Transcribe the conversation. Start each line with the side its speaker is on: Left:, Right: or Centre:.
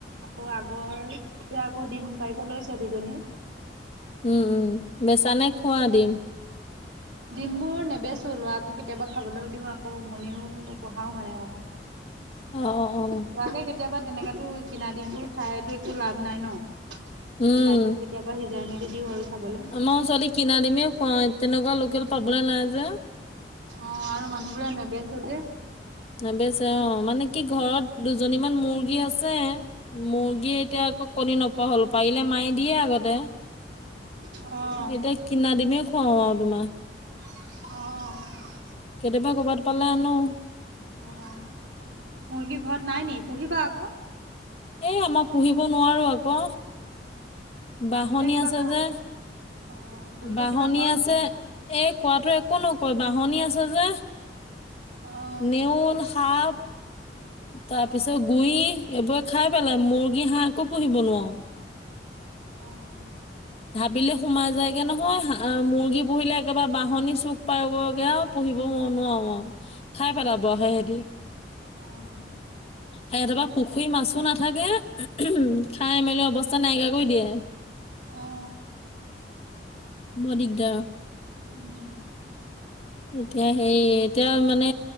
Right: আকৌ আগৰ, এতিয়া আকৌ দিম পাৰিব লৈছে দুজনী।
Left: উম, উম, বেচা নে খোৱা দিম। <unintelligible>
Right: ডিম বোৰ নেবেচো লৰাকো কেতিয়াবা খাবলৈও দিওঁ আকৌ উমনিও বঢ়হাও মানে অকমান।
Left: অ', অ', অ',
Right: তোৱাকে কেতিয়াবা তেনেকাতো কিনা দিম বোৰ খাইটো একো লাভ নাই ন'। সেই
Left: উম।
Right: তাকে কেতিয়াবা সিজাই মেলি দিওঁ আৰু। খাবলৈ
Left: মই ছোৱালীক কিনা দিমেই খোৱাও, তেনেকুৱা লোকেল পাবলৈ নাই যে।
Right: অ', আৰু মানুহবোৰে নেবেছে যে।
Left: নেবেছে অ' মানে কি ঘৰত দুজনীমান মুৰ্গী আছে- ছে, মুৰ্গীয়ে এতিয়া আকৌ কণী নোপোৱা হ'ল, পাৰিলে মায়ে দিয়ে আগতে।
Right: অঁ'।
Left: এতিয়া কিনা ডিমেই খুৱাও আৰু তোমাৰ।
Right: অ',
Left: কেতিয়াবা কৰ'বাত পালে আনো।
Right: অঁ' মুৰ্গী ঘৰত নাই নেকি? পুহিবা আকৌ।
Left: এ আমাৰ পুহিব নোৱাৰো আকৌ। বাহনি
Right: পুহিলে কিবা
Left: আছে
Right: ক
Left: যে
Right: অ', পুহিলে
Left: বাহনি
Right: কিবা কয় নি?
Left: আছে। এ, কোৱাটোৱে একো নকয়, বাহনি আছে যে।
Right: অঁ।
Left: নেউল, সাপ- তাৰ
Right: অ',
Left: পিছত গুৰি এইবোৰে খাই পেলাই মুৰ্গী, হাঁহ একো পুহিব নোৱাৰো।
Right: অঁ'।
Left: হাবিলে সোমাই যায়গে নহয়। হাঁ-আ মুৰ্গী পোঁহিলে একেবাৰে বাঁহনী চুক পাবগে আও পুঁহিব মই নোৱাৰোঁ আও। খাই পেলাব হেতি।
Right: অঁ,
Left: হেঁতৰ পৰা পুখুৰীৰ মাছো নাথাকে। ওঁ-হোঁ খাই -মেলি অৱস্থা নাইকীয়া কৰি দিয়ে।
Right: অ'।
Left: বৰ দিগ্‌দা।
Right: ওঁ-হ।
Left: এতিয়া হেই এতিয়া মানে